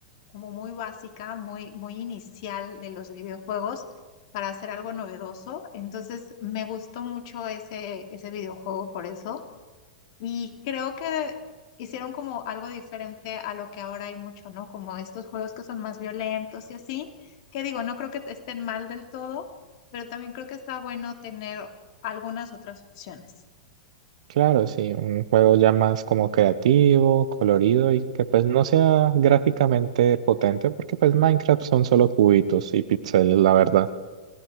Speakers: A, on the left; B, on the right.
A: como muy básica, muy, muy inicial de los videojuegos para hacer algo novedoso. Entonces me gustó mucho ese, ese videojuego por eso. Y creo que hicieron como algo diferente a lo que ahora hay mucho, ¿no? Como estos juegos que son más violentos y así, que digo, no creo que estén mal del todo, pero también creo que está bueno tener algunas otras opciones.
B: Claro, sí, un juego ya más como creativo, colorido y que pues no sea gráficamente potente, porque pues Minecraft son solo cubitos y píxeles, la verdad.